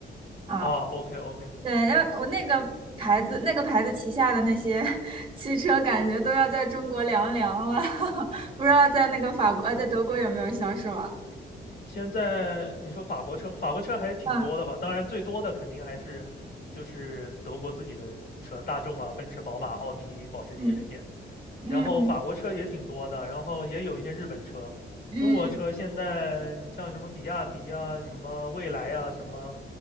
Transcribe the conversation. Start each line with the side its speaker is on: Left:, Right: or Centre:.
Right: 啊
Left: 哦 o k OK，
Right: 对，然后我那个牌子，那个牌子旗下的那些 <laughs> 汽车，感觉都要在中国凉凉了，<laughs> 不知道在那个法国，呃，在德国有没有销售啊？
Left: 现在你说法国车，法国车还挺多的吧？
Right: 嗯
Left: 当然，最多的肯定还是就是德国自己的车，大众啊、奔驰、宝马、奥迪、保时捷这些。
Right: 嗯嗯
Left: 然后法国车也挺多的，然后也有一些日本车。
Right: 嗯
Left: 中国车现在你像什么比亚迪啊、什么蔚来啊、什么